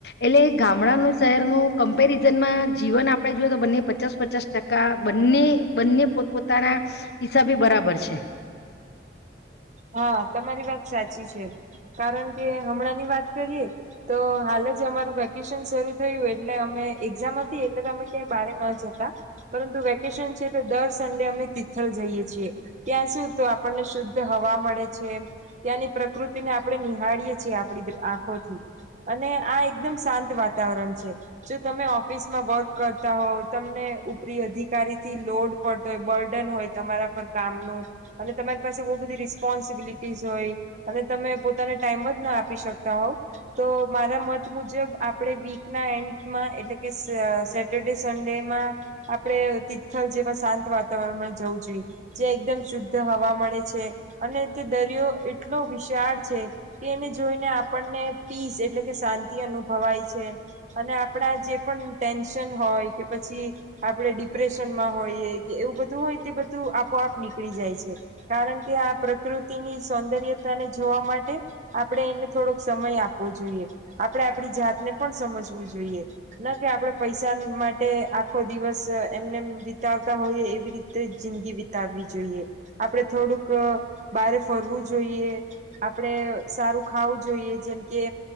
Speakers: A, on the left; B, on the right.
A: એટલે ગામડાનું શહેરનું કમ્પેરિઝનમાં જીવન આપણે જોએ તો બંને પચાસ પચાસ ટકા બંને બંને પોતપોતાના હિસાબે બરાબર છે.
B: હા તમારી વાત સાચી છે. કારણ કે હમણાં ની વાત કરીએ તો હાલ જ અમારું વેકેશન શરૂ થયું એટલે અમે એક્ઝામ હતી એટલે અમે ક્યાંય બારે ન જતા પરંતુ વેકેશન છે તો દર સડે અમે તિથલ જઈએ છીએ. ત્યાં સુું તો આપણને શુદ્ધ હવા મળે છે. ત્યાંની પ્રકૃત તેને આપણે નિહાળીયએ છીએ આપ આંખોથી અને આ એકદમ શાંત વાતાવરણ છે. જો તમે ઓફિસમાં વર્ક કરતા હોવ તમને ઉપરી અધિકારી થી લોડ પડતો હોય, બર્ડન હોય તમારા પર કામ નું અને તમારી પાસે બહું બધી રીસ સ્પોન્સિબિલિટીસ હોય, અને તમે પોતાને ટાઈમ જ ના આપી શકતા હોવ, તો મારા મત મુજબ આપણે વીકના એન્ડમાં એટલે કે સહ સેટરડે સન્ડેમાં આપણે તિથલ જેવા શાંત વાતાવરણમાં જવું જોઈએ. જે એકદમ શુદ્ધ હવા મળે છે અને તે દરિયો એટલો વિશાળ છે કે એને જોઈને આપણને પીસ એટલે કે શાંતિ અનુભવાય છે, અને આપણા જે પણ ટેન્શન હોય કે પછી આપણે ડિપ્રેશનમાં હોઈએ, કે એવું બધું હોય તે બધું આપોઆપ નીકળી જાય છે. કારણ કે આ પ્રકૃતિની સૌંદર્યતાને જોવા માટે આપણે એને થોડોક સમય આપવો જોઈએ. આપણે આપણી જાતને પણ સમજવું જોઈએ, ના કે આપણે પૈસા માટે આખો દિવસ એમનેમ વિતાવતા હોઈએ એવી રીતે જિંદગી વિતાવવી જોઈએ. આપણે થોડુંક અહ બારે ફરવું જોઈએ, આપડે સારું ખાવું જોઈએ, જેમકે